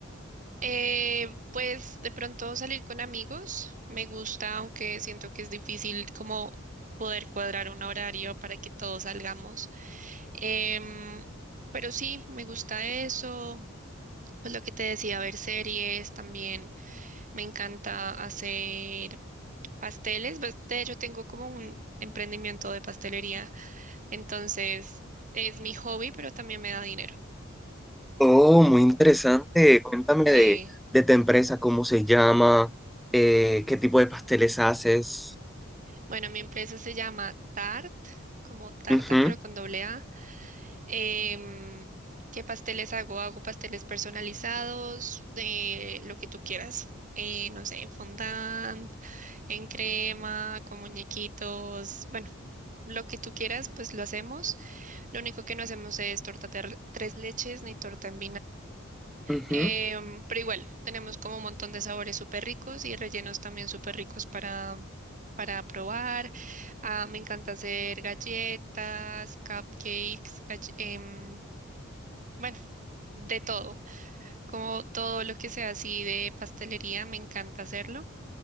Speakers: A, on the right; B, in the centre.
A: Eh, pues de pronto salir con amigos me gusta, aunque siento que es difícil como poder cuadrar un horario para que todos salgamos. Em, pero sí, me gusta eso. Pues lo que te decía, ver series también. Me encanta hacer pasteles. pues, de hecho, tengo como un emprendimiento de pastelería. Entonces, es mi hobby, pero también me da dinero.
B: Oh, muy interesante. Cuéntame
A: Sí.
B: de, de tu empresa, cómo se llama, eh, qué tipo de pasteles haces.
A: Bueno, mi empresa se llama Tart, como tarta,
B: Ujú,
A: pero con doble A. Em, ¿qué pasteles hago? Hago pasteles personalizados, de lo que tú quieras. Eh, no sé, en fondant, en crema, con muñequitos, bueno, lo que tú quieras, pues lo hacemos. Lo único que no hacemos es torta ter- tres leches ni torta en
B: ujú.
A: Em, pero igual, tenemos como un montón de sabores súper ricos y rellenos también súper ricos para, para probar. Ah, me encanta hacer galletas, cupcakes, galle- em, bueno, de todo. Como todo lo que sea así de pastelería, me encanta hacerlo.